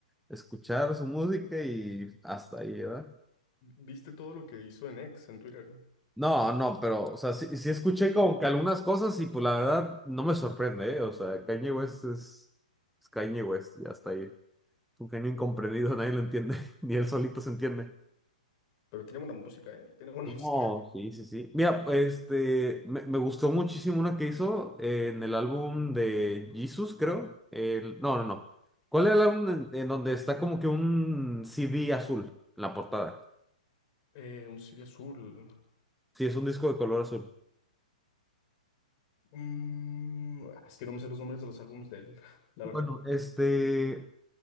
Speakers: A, in the centre; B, on the left (about 45°).
A: escuchar su música y hasta ahí, ¿verdad?
B: ¿Viste todo lo que hizo en X en Twitter?
A: No, no, pero, o sea, sí, sí escuché como que algunas cosas y pues la verdad no me sorprende, ¿eh? O sea, Kanye West es, es Kanye West y hasta ahí. Es un genio incomprendido, nadie lo entiende, <laughs> ni él solito se entiende.
B: Pero tiene buena música, ¿eh? Tiene buena
A: No,
B: <laughs> música.
A: sí, sí, sí. Mira, este, me, me gustó muchísimo una que hizo eh, en el álbum de Jesus, creo. El- no, no, no. ¿Cuál era el álbum en, en donde está como que un CD azul en la portada?
B: Eh, un CV azul.
A: Sí, es un disco de color azul.
B: Mm, ah, es que no me sé los nombres de los álbumes de él, <laughs> la
A: Bueno,
B: verdad.
A: este,